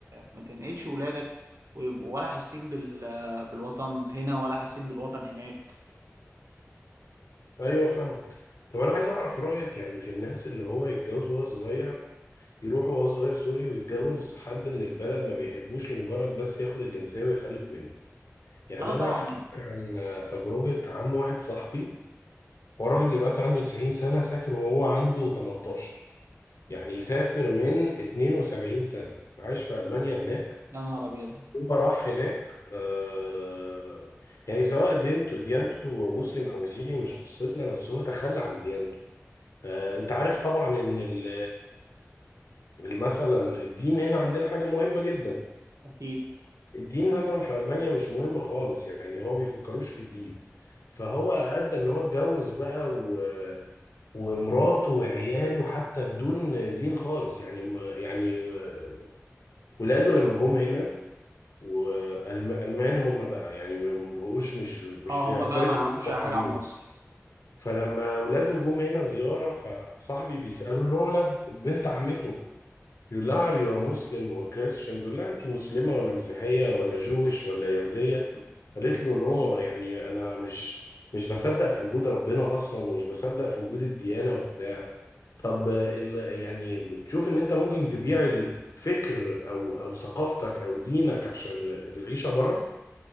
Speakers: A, on the right; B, on the left.
A: ما تنقلش ولادك ويبقوا ولا حاسين بال... بالوطن هنا ولا حاسين بالوطن هناك
B: أيوه فاهم طب أنا عايز أعرف رأيك يعني في الناس اللي هو يتجوز وهو صغير يروح وهو صغير سوري ويتجوز حد من البلد ما بيحبوش لمجرد بس ياخد الجنسية ويخلف منه يعني
A: لا
B: أنا
A: طبعا
B: هحكي لك عن تجربة عم واحد صاحبي هو راجل دلوقتي عنده 90 سنة سافر وهو عنده 18 يعني سافر من 72 سنة عاش في ألمانيا هناك
A: يا نهار أبيض
B: هو راح هناك آه يعني سواء دينته ديانته مسلم أو مسيحي مش قصتنا بس هو تخلى عن ديانته آه، انت عارف طبعا ان ال ال مثلا الدين هنا عندنا حاجة مهمة جدا
A: أكيد
B: الدين مثلا في ألمانيا مش مهم خالص يعني هو بيفكروش في الدين فهو أدى ان هو اتجوز بقى و ومراته وعياله حتى بدون دين خالص يعني ما يعني آه، ولاده لما جم هنا والألمان هم بقى يعني ما بقوش مش مش
A: اه
B: بيعترفوا
A: هما بقى ما يعرفوش
B: إن هم
A: أي حاجة
B: مسيحيين.
A: عن مصر
B: فلما ولاده جم هنا زيارة فصاحبي بيسأله له ولد بنت عمته بيقول لها are you a Muslim or Christian بيقول لها انت مسلمة ولا مسيحية ولا جويش ولا يهودية قالت له نو يعني انا مش مش بصدق في وجود ربنا اصلا ومش بصدق في وجود الديانة وبتاع طب ال يعني بتشوف ان انت ممكن تبيع الفكر او او ثقافتك او دينك عشان العيشة بره